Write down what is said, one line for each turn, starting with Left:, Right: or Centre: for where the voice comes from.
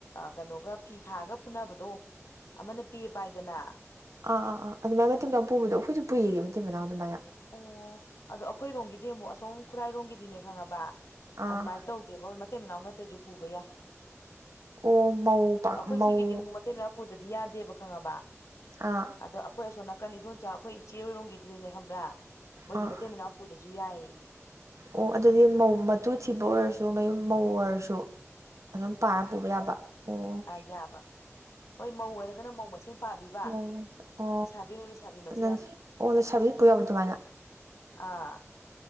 Left: ꯀꯩꯅꯣꯒ ꯐꯤ ꯊꯥꯔꯒ ꯄꯨꯅꯕꯗꯣ ꯑꯃꯅ ꯄꯤꯌꯦ ꯄꯥꯏꯗꯅ꯫
Right: ꯑꯥ ꯑꯥ ꯑꯥ ꯑꯗꯨꯃꯥꯏꯅ ꯃꯥꯇꯩ ꯃꯅꯥꯎ ꯄꯨꯕꯗꯣ ꯑꯩꯈꯣꯏꯁꯨ ꯄꯨꯏꯌꯦ ꯃꯥꯇꯩ ꯃꯅꯥꯎ ꯑꯗꯨꯃꯥꯏꯅ꯫
Left: ꯑꯣ ꯑꯗꯣ ꯑꯩꯈꯣꯏꯔꯣꯝꯒꯤꯗꯤ ꯑꯃꯨꯛ ꯑꯁꯣꯝ ꯈꯨꯔꯥꯏꯔꯣꯝꯒꯤꯗꯤꯅꯦ ꯈꯪꯉꯕ
Right: ꯑꯥ
Left: ꯑꯗꯨꯃꯥꯏꯅ ꯇꯧ ꯗꯦꯉꯣ ꯃꯥꯇꯩ ꯃꯅꯥꯎ ꯅꯠꯇ꯭ꯔꯁꯨ ꯄꯨꯕ ꯌꯥꯏ
Right: ꯑꯣ ꯃꯧ ꯄꯥꯛ
Left: ꯑꯩꯈꯣꯏ
Right: ꯃꯧ
Left: ꯁꯤꯒꯤꯗꯤ ꯑꯃꯨꯛ ꯃꯥꯇꯩ ꯃꯅꯥꯎ꯫ ꯄꯨꯗ꯭ꯔꯗꯤ ꯌꯥꯗꯦꯕ ꯈꯪꯉꯕ꯫
Right: ꯑꯥ꯫
Left: ꯑꯗꯣ ꯑꯩꯈꯣꯏ ꯑꯁꯣꯅꯥꯀꯅꯟ ꯑꯗꯣꯟꯆꯥ ꯑꯩꯈꯣꯏ ꯏꯆꯦꯔꯝꯒꯤꯗꯨꯗꯤꯅꯦ ꯈꯪꯕ꯭ꯔꯥ꯫ ꯃꯣꯏꯗꯤ
Right: ꯑꯥ
Left: ꯃꯤꯇꯩ ꯃꯅꯥꯎꯄꯨꯗ꯭ꯔꯁꯨ ꯌꯥꯏꯌꯦ꯫
Right: ꯑꯣ ꯑꯗꯨꯗꯤ ꯃꯧ ꯃꯇꯨ ꯊꯤꯕ ꯑꯣꯏꯔꯁꯨ ꯃꯌꯨꯝ ꯃꯧ ꯑꯣꯏꯔꯁꯨ꯫ ꯑꯗꯨꯝ ꯄꯥꯔ ꯄꯨꯕ ꯌꯥꯕ꯫ ꯑꯣ
Left: ꯑꯥ ꯌꯥꯕ ꯍꯣꯏ ꯃꯧ ꯑꯣꯏꯔꯒꯅ ꯃꯧ ꯃꯁꯦꯟ ꯄꯥꯗꯣꯏꯕ꯫
Right: ꯑꯣ ꯑꯣ
Left: ꯂꯩꯁꯥꯕꯤ ꯑꯣꯏꯔ ꯂꯩꯁꯥꯕꯤ ꯃꯁꯦꯟ
Right: ꯅ ꯑꯣ ꯅ ꯂꯩꯁꯥꯕꯤ ꯄꯨꯌꯕꯔ ꯑꯗꯨꯃꯥꯏꯅ꯫
Left: ꯑꯥ꯫